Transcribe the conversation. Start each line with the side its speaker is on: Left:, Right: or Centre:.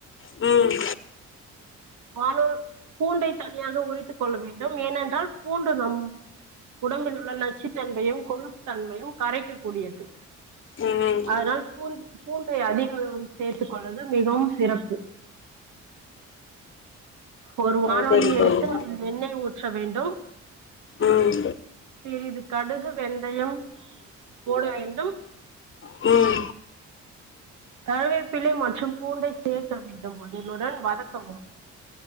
Left: ம்
Right: வானுல் பூண்டை தனியாக உரித்துக் கொள்ள வேண்டும் ஏனென்றால் பூண்டு நம் உடம்பில் உள்ள நச்சுத்தன்மையும் கொழுப்பு தன்மையும் கரைக்கக் கூடியது
Left: ம்
Right: அதனால் பூ பூண்டை அதிகம் சேர்த்துக் கொள்வது மிகவும் சிறப்பு ஒரு வானொலியை
Left: ஓகேங்க
Right: எடுத்து
Left: தோழி
Right: அதில் எண்ணெய் ஊட் ஊற்ற வேண்டும்
Left: ம்
Right: சிறிது கடுகு வெந்தயம் போட வேண்டும்
Left: ம் ம்
Right: கருவேப்பிலை மற்றும் பூண்டை சேர்க்க வேண்டும் அதனுடன் வதக்கவும்